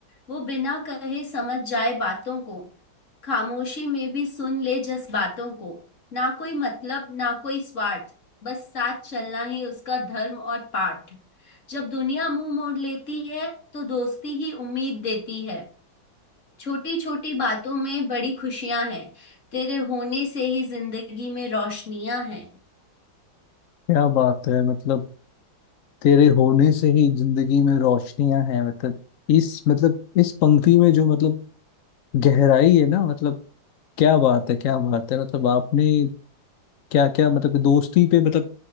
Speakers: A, on the left; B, on the left.
A: वो बिना कहे समझ जाए बातों को खामोशी में भी सुन ले जस बातों को ना कोई मतलब ना कोई स्वार्थ बस साथ चलना ही उसका धर्म और पाठ जब दुनिया मुंह मोड़ लेती है तो दोस्ती ही उम्मीद देती है छोटी छोटी बातों में बड़ी खुशियां हैं तेरे होने से ही जिंदगी में रोशनियां हैं
B: क्या बात है मतलब तेरे होने से ही जिंदगी में रोशनियां हैं मतलब इस मतलब इस पंक्ति में जो मतलब गहराई है ना मतलब क्या बात है क्या बात है मतलब आपने क्या क्या मतलब दोस्ती पे मतलब